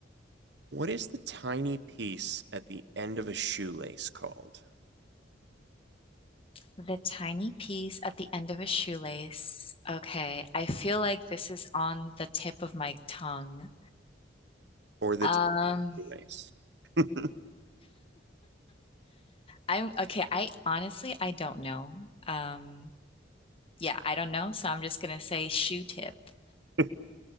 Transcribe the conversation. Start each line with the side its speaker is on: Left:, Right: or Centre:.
Right: What is the tiny piece at the end of a shoelace called?
Left: The tiny piece at the end of a shoelace. Okay, I feel like this is on the tip of my tongue.
Right: Or the
Left: Um,
Right: tiny lace? <laughs> That's
Left: I'm okay, I honestly I don't know. Um, yeah, I don't know, so I'm just gonna say shoe tip.
Right: a